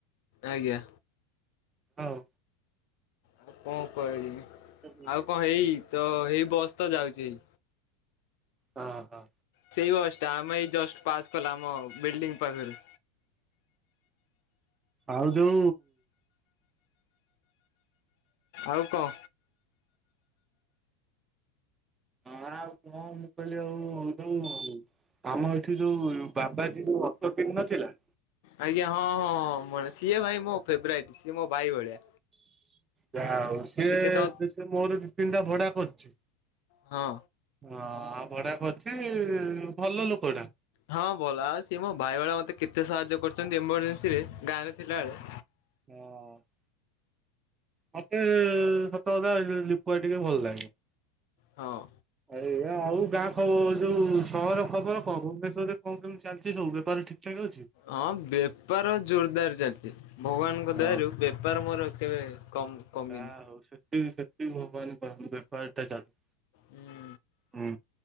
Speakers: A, on the left; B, on the right.
A: ଆଜ୍ଞା।
B: ଆଉ।
A: ଆଉ କଣ କହିଲି
B: ହଁ
A: ଆଉ କଣ ହେଇ ତ ହେଇ ବସ୍‌ ତ ଯାଉଛି ଏଇ।
B: ହଁ ହଁ।
A: ସେଇ ବସ୍ ଟା ଆମେ ଏଇ ଜଷ୍ଟ ପାସ୍ କଲା ଆମ ବିଲ୍ ଡିଙ୍ଗ ପାଖରୁ।
B: ଆଉ ଯୋଉ
A: ଆଉ କଣ?
B: ହଁ ଆଉ କହ ମୁଁ କହିଲି ଆଉ ହୋଉ। ଆମ ଏଠି ଯୋଉ ବାବାଜୀ ଯୋଉ ଅଟୋ କିଣି ନଥିଲା।
A: ଆଜ୍ଞା ହଁ, ହଁଁ ମ ସିଏ ଭାଇ ମୋ ଫେବରାଇଟ, ସିଏ ମୋ ଭାଇ ଭଳିଆ।
B: ଯାହାହୋଉ, ସିଏ
A: ସେ କେତେ
B: ସେ ମୋର ଦିଇତିନିଟା ଭଡା କରୁଛି।
A: ହଁ।
B: ହଁ ଭଡା କରିଛି ଭଲ ଲୋକ ଟା।
A: ହଁ ଭଲା, ସିଏ ମୋ ଭାଇଭଳିଆ ମତେ କେତେ ସାହାଯ୍ୟ କରିଛନ୍ତି ଏମରଜେନ୍ସିରେ, ଗାଁ ରେ ଥିଲାବେଳେ।
B: ହଁ। ମତେ ସତକଥା ଯେ ଲିପୁଆ ଟିକେ ଭଲ ଲାଗେ।
A: ହଁ।
B: ଆଜ୍ଞା, ଆଉ ଗାଁ ଖବର ଯୋଉ ସହର ଖବର କଣ? ଭୁବନେଶ୍ଵରରେ କଣ କେମିତି ଚାଲିଛି ସବୁ? ବେପାର ଠିକ୍ ଠିକ୍ ଅଛି।
A: ହଁ, ବେପାର ଜୋରଦାର ଚାଲିଛି। ଭଗବାନଙ୍କ
B: ହଁ।
A: ଦୟାରୁ ବେପାର ମୋର ଏତେ କମ୍ କମିନି।
B: ଯା ହଉ ସେତିକି ସେତିକି ଭଗବାନ କରନ୍ତୁ, ବେପାରଟା ଚାଲୁ।
A: ହୁଁ
B: ହୁଁ